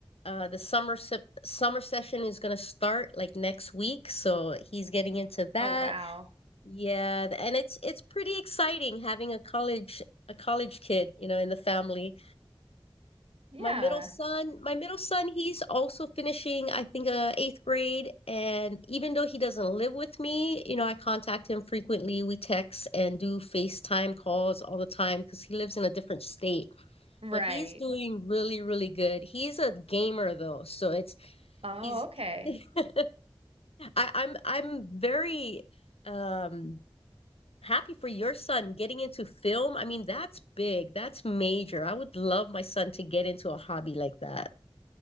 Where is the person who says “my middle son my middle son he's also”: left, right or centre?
Left